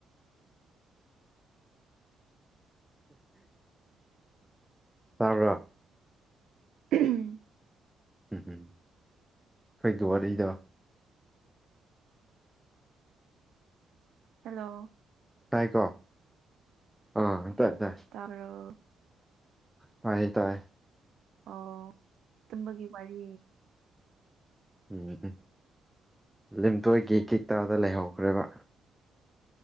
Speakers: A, on the right; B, in the centre.
A: <inaudible>
B: ꯇꯥꯕ꯭ꯔ
A: <unintelligible>
B: ꯎꯝ ꯎꯝ ꯈꯣꯏꯒꯤ ꯋꯥꯔꯤꯗꯣ
A: ꯍꯜꯂꯣ
B: ꯇꯥꯏꯀꯣ ꯑꯥ ꯇꯥꯏ ꯇꯥꯏ
A: ꯇꯥꯕꯔꯣ
B: ꯇꯥꯏ ꯇꯥꯏ
A: ꯑꯣ ꯇꯨꯝꯕꯒꯤ ꯋꯥꯔꯤ
B: ꯎꯝ ꯎꯝ ꯂꯤꯝꯇꯣꯏꯒꯤ ꯀꯤꯛꯇꯗ ꯂꯩꯍꯧꯈ꯭ꯔꯦꯕ